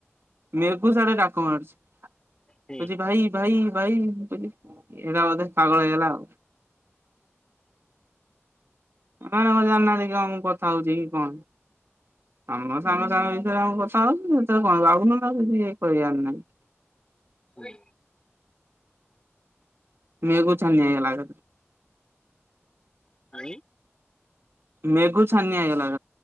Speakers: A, on the right; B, on the left.
A: ମେଘୁ ଆଡେ ଡାକ ମାରୁୁଛି,
B: ହୁଁ
A: କଉ ଭାଇ ଭାଇ ଭାଇ, ମୁଁ କହି ଏଟା ବଧେ ପାଗଳ ହେଇଗଲା ଆଉ। <inaudible> <unintelligible>
B: ହଁ
A: <unintelligible>
B: ଆ
A: ମେଘ ଛାନିଆ ହେଇଗଲା